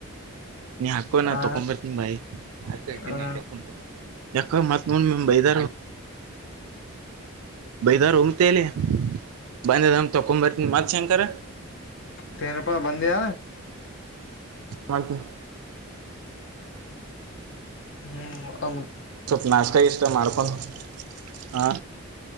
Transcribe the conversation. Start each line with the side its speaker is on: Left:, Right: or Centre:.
Right: ನೀ ಹಾಕೋ ನ
Left: ಆ
Right: ತಕೊಂಬ ಬರ್ತೀಿ ಬಾಯಿ ಹಾಕ
Left: ಆ
Right: ಯಾಕ ಮತ್ ನೋ ಬೈದ ಬೈದಾರ ಉಮ್ತಲಿ ಬಂದಮ್ ತಕೊಂಡ್ ಬರ್ತನಿ ಮತ್ ಶಂಕರ
Left: ತನ್ ರೂಪಾಯಿ ಬಂದಿಯ
Right: ಪಲ್ಕು
Left: ಹ್ಮ ಅ
Right: ಸ್ವಲ್ಪ ನಾಷ್ಟತ ಇಷ್ಟ ಮಾಡ್ಕೊಂಡು ಹಾ